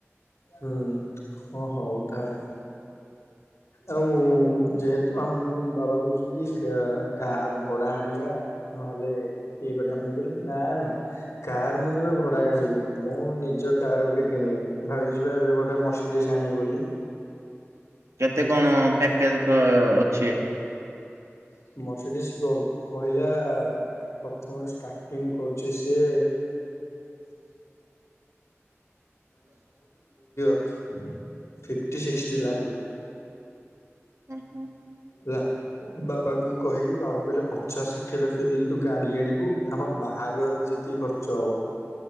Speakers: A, on the left (about 80°); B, on the right (about 80°).
A: ହୁଁ ଓ ହୋଉ ତାହେଲେ। ଆଉ ଯେହେତୁ ଆଉ ମୁଁ ବାବା କହୁଛନ୍ତି କା କାର ଭଡା ଆଣିବା। ନହେଲେ ଇଏ କରିବା ମୁଁ କହିଲି ନା ନା କାର ମୁଁ କେବେ ଭଡାକୁ ଆଣିବିନି। ମୁଁ ନିଜ କା କାର ଗୋଟେ କିଣିବି ଭାବିଛି ବା ଏବେ ଗୋଟେ ମର୍ସିତିଜ ଆଣିବି ବୋଲି।
B: କେତେ କଣ ପ୍ୟାକେଜ ଅଁ ଅଛି।
A: ମସିଡିସ୍ ର କହିଲା ପ୍ରଥମରୁ ଷ୍ଟାର୍ଟିଂ କରୁଚି ସିଏ। <unintelligible> ଫିଫ୍ଟି ସିକ୍ସଟି ଲାଖ
B: ହ ହୁଁ।
A: ହେଲା ବାବାଙ୍କୁ କହିଲି ବାବା କହିଲେ ପ ଛଅ ଷାଠିଏ ଲକ୍ଷ ଦେଇକି ତୁ ଗାଡି ଆଣିବୁ ଆମ ବାହାଘରରେ ସେତିକି ଖର୍ଚ୍ଚ ହବ।